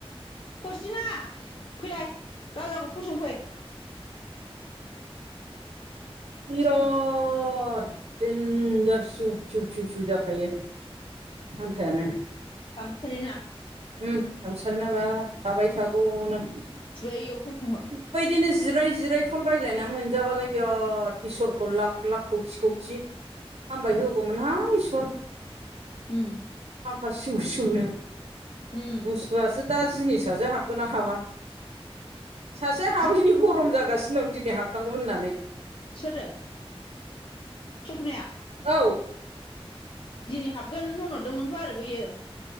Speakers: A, on the left; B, on the right.
A: फस्थिना फैलाय राजाखौ फसंफै।
B: बिराट देन्जार सिउ-सिउ जाखायो। फांखायानो
A: खामसलिना
B: उम हामसालि नाबा थाबाय थागौनो
A: बियाव फसंहर
B: बेबायदिनो जिराय जिराय फन रायज्लायना मोनजाबालाय बिराद इसोरखौ लाख-लाख खौथि-खौथि हामबाय होगौमोनहां इसोर
A: उम
B: फांखा सिउ सिउनो
A: उम
B: बुस्थुआसो दा जिनिससो हाबगोन ना हाबा सासे हाबैनि
A: जोहा
B: गरम जागासिनो दं दिनै हाबनांगौमोन होननानै।
A: सोरो सफनाया
B: औ
A: दिनै हाबगोन होनहरदोंमोनथ' आरो बैयो